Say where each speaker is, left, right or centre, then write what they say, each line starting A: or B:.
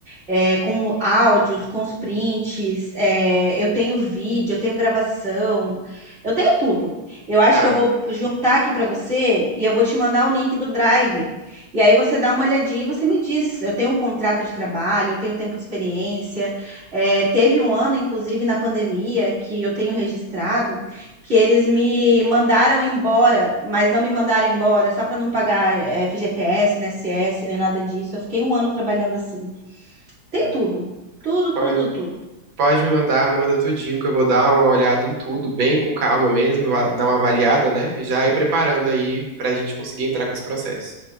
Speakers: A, on the right; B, on the right.
A: é, com áudios, com os prints. é, eu tenho vídeo, eu tenho gravação, eu tenho tudo. Eu acho
B: tá.
A: que eu vou juntar aqui para você e eu vou te mandar o link do Drive. E aí você dá uma olhadinha e você me diz. Eu tenho um contrato de trabalho, eu tenho tempo de experiência. é, teve um ano, inclusive, na pandemia, que eu tenho registrado que eles me mandaram embora, mas não me mandaram embora só para não pagar eh, FGTS, INSS, nem nada disso. Eu fiquei um ano trabalhando assim. Tem
B: Ah,
A: tudo, tudo,
B: pode.
A: tudo, tudo, tudo.
B: Pode me mandar, me manda tudinho, que eu vou dar uma olhada em tudo, bem com calma mesmo, va- dar uma avaliada, né? E já ir preparando aí pra gente conseguir entrar com esse processo.